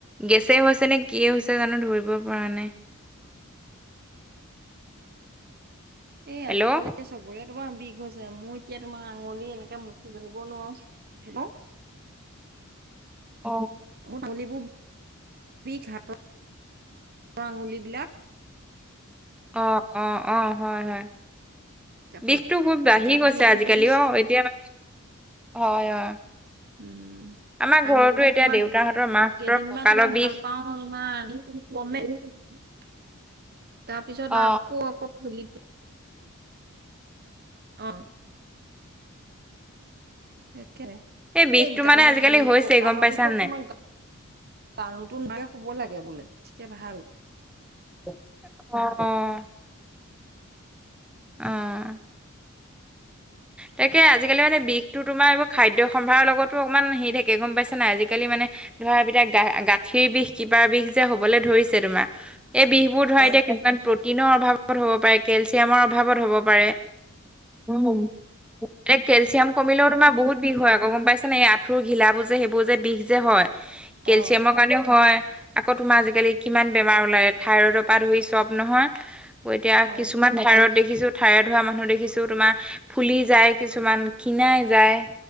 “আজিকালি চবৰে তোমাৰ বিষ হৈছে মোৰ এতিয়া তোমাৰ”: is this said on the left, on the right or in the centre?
Right